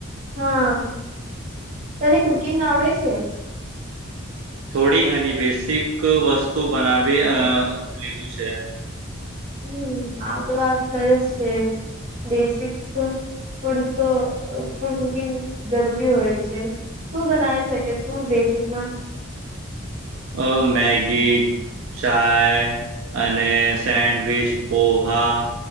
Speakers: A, on the right; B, on the right.
A: હા તને કુકિંગ આવડે છે.
B: થોડી ઘણી બેસિક વસ્તુ બનાવી અ લીધું છે.
A: હમ આ તો વાત સરસ છે બેસિક. ફૂડ તો ફૂડ કુકિંગ જરૂરી હોય છે. શું બનાવી શકે તું બેસિકમાં.
B: અ મેગી ચાય અને સેન્ડવીચ પોહા